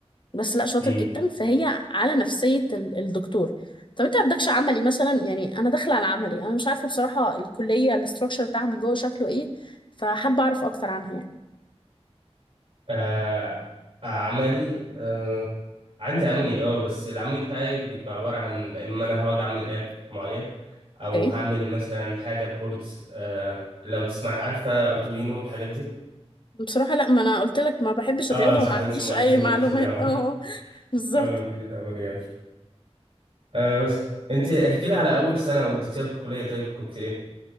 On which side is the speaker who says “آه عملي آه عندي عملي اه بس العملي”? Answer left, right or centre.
Right